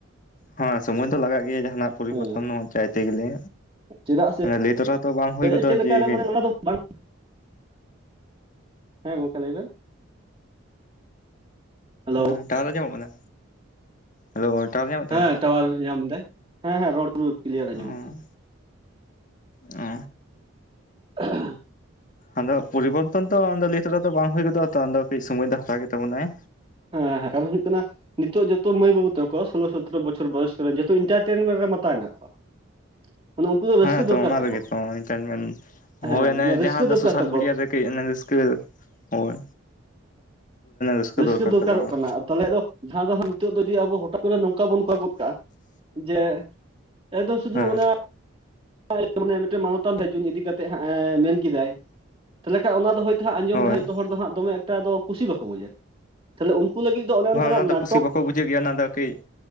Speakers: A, on the left (about 40°); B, on the right (about 25°).
A: ᱦᱮᱸ ᱥᱚᱢᱚᱭ ᱫᱚ ᱞᱟᱜᱟᱜ ᱜᱮᱭᱟ ᱡᱟᱦᱟᱱᱟᱜ ᱯᱚᱨᱤᱵᱚᱨᱛᱚᱱ
B: ᱦᱮᱸ
A: ᱦᱚᱸ ᱪᱟᱭᱛᱮ ᱜᱮᱞᱮ᱾
B: ᱪᱮᱫᱟᱜ ᱥᱮ
A: ᱞᱟᱹᱭ ᱛᱚᱨᱟ ᱛᱚ ᱵᱟᱝ ᱦᱩᱭ
B: ᱪᱮᱫ
A: ᱜᱚᱫᱚᱜᱼᱟ
B: ᱞᱮᱠᱟᱨᱮ
A: ᱡᱮ ᱜᱮ
B: ᱢᱟᱱᱮ ᱚᱱᱟ ᱫᱚ ᱵᱟᱝ ᱦᱮᱸ ᱜᱚᱢᱠᱮ ᱞᱟᱹᱭᱵᱮᱱ᱾ ᱦᱮᱞᱳ
A: ᱦᱮᱸ ᱴᱟᱣᱟᱨ ᱟᱡᱚᱢᱚᱜ ᱠᱟᱱᱟ? ᱦᱮᱞᱳ ᱴᱟᱣᱟᱨ ᱧᱟᱢᱮᱫ ᱛᱟᱵᱮᱱᱟ?
B: ᱦᱮᱸ ᱴᱟᱣᱟᱨ ᱧᱟᱢ ᱫᱟᱭ ᱦᱮᱸ ᱦᱮᱸ ᱨᱚᱲ ᱯᱩᱨᱟᱹ ᱠᱤᱞᱭᱟᱨ ᱟᱸᱡᱚᱢᱚᱜ
A: ᱚ
B: ᱠᱟᱱᱟ᱾
A: ᱚ᱾
B: <unintelligible>
A: ᱟᱫᱚ ᱯᱚᱨᱤᱵᱚᱨᱛᱚᱱ ᱫᱚ ᱚᱱᱟᱫᱚ ᱞᱟᱹᱭ ᱛᱮᱨᱟ ᱫᱚ ᱵᱟᱝ ᱦᱩᱭ ᱜᱚᱫᱚᱜ-ᱟ ᱛᱚ ᱟᱫᱚ ᱠᱟᱹᱡ ᱥᱳᱢᱚᱭ ᱫᱚ ᱦᱟᱛᱟᱣ ᱜᱮ ᱛᱟᱵᱚᱱᱟᱭ᱾
B: ᱦᱮᱸ ᱠᱟᱨᱚᱱ ᱦᱩᱭᱩᱜ ᱠᱟᱱᱟ ᱱᱤᱛᱚᱜ ᱡᱚᱛᱚ ᱢᱟᱹᱭ ᱵᱟᱹᱵᱩ ᱛᱟᱠᱚ ᱥᱳᱞᱳ-ᱥᱟᱛᱮᱨᱚ ᱵᱚᱪᱷᱚᱨ ᱵᱚᱭᱚᱥ ᱡᱚᱛᱚ ᱤᱱᱴᱟᱨᱴᱮᱱᱢᱮᱱᱴ ᱨᱮ ᱢᱟᱛᱟᱣ ᱦᱮᱱᱟᱜ ᱠᱚᱣᱟ᱾ ᱢᱟᱱᱮ ᱩᱱᱠᱩ ᱫᱚ ᱨᱟᱹᱥᱠᱟᱹ
A: ᱦᱮᱸ ᱛᱚ
B: ᱫᱚᱨᱠᱟᱨ
A: ᱚᱱᱟ
B: ᱛᱟᱠᱚ
A: ᱨᱮᱜᱮ ᱛᱚ ᱦᱚᱸ-ᱚᱭ ᱛᱟᱦᱮᱱ ᱠᱟᱱ᱾
B: ᱦᱮᱸ
A: ᱦᱳᱭ ᱚᱱᱮ
B: ᱢᱟᱱᱮ ᱨᱟᱹᱥᱠᱟᱹ
A: ᱡᱟᱦᱟᱸ
B: ᱫᱚᱨᱠᱟᱨ
A: ᱫᱚ ᱥᱳᱥᱟᱞ
B: ᱛᱟᱠᱚ
A: ᱢᱤᱰᱤᱭᱟ ᱨᱮ ᱠᱟᱹᱡ ᱚᱱᱮ ᱨᱟᱹᱥᱠᱟᱹ ᱦᱳᱭ <inaudible> <inaudible>
B: ᱠᱟᱹ ᱫᱚᱨᱠᱟᱨᱚᱜ
A: ᱦᱚᱸ
B: ᱠᱟᱱᱟ ᱟᱨ ᱛᱟᱦᱚᱞᱮ ᱟᱫᱚ ᱡᱟᱦᱟᱸ ᱫᱚ ᱦᱟᱸᱜ ᱱᱤᱛᱚᱜ ᱫᱚ ᱡᱩᱫᱤ ᱟᱵᱚ ᱦᱚᱴᱟᱛ ᱠᱚᱨᱮ ᱱᱚᱝᱠᱟ ᱵᱚᱱ <unintelligible> ᱜᱚᱫ ᱠᱟᱜᱼᱟ ᱡᱮ ᱮᱠᱫᱚ ᱥᱩᱫᱷᱩ
A: ᱦᱮᱸ
B: ᱚᱱᱟ <unintelligible> ᱢᱟᱱᱮ ᱢᱤᱫᱴᱮᱱ ᱢᱟᱱᱚᱛᱟᱱ <unintelligible> ᱡᱩᱱ ᱤᱫᱤ ᱠᱟᱛᱮᱫ ᱦᱟᱸᱜ-ᱮ ᱢᱮᱱ ᱠᱮᱫᱟ ᱛᱟᱦᱚᱞᱮ ᱠᱷᱟᱱ ᱚᱱᱟ ᱫᱚ ᱦᱳᱭ ᱟᱸᱡᱚᱢ
A: ᱦᱳᱭ
B: ᱨᱮᱜ ᱡᱚᱛᱚ ᱦᱚᱲ ᱫᱚ ᱦᱟᱸᱜ ᱫᱚᱢᱮ ᱮᱠᱴᱟ ᱫᱚ ᱠᱩᱥᱤ ᱵᱟᱠᱚ ᱵᱩᱡᱟ᱾ ᱛᱟᱦᱚᱞᱮ ᱩᱱᱠᱩ ᱞᱟᱹᱜᱤᱫ ᱫᱚ ᱚᱱᱮ ᱚᱱᱠᱟᱱᱟᱜ
A: ᱚᱱᱟ ᱫᱚ
B: ᱱᱟᱴᱚᱠ
A: ᱠᱩᱥᱤ ᱵᱟᱠᱚ ᱵᱩᱡᱷᱟᱹᱜ ᱜᱮᱭᱟ ᱚᱱᱟ ᱫᱚ ᱠᱟᱹᱡ